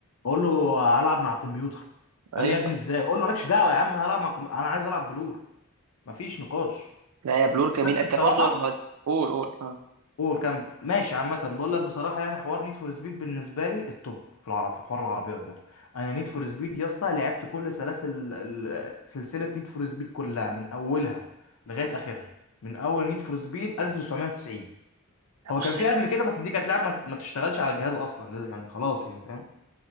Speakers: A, on the left; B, on the right.
A: اقول له هلعب مع الكمبيوتر يقول
B: ايوه
A: لي يا ابني ازاي اقول له مالكش دعوه يا عم هلعب مع الكم... انا عايز العب بلور مفيش نقاش
B: لا يا بلور جميل
A: بس
B: انت
A: بصراحه
B: برضه قول قول اه
A: قول كم ماشي عامة بقول لك بصراحة يعني حوار نيد فور سبيد بالنسبة لي التوب في العرب في حوار العربيات ده أنا نيد فور سبيد يا اسطى لعبت كل سلاسل ال- سلسلة نيد فور سبيد كلها من أولها لغاية آخرها من أول نيد فور سبيد 1990 هو
B: بص
A: كان في
B: هي
A: قبل كده بس دي كانت لعبة ما ما تشتغلش على الجهاز أصلا يعني خلاص يعني فاهم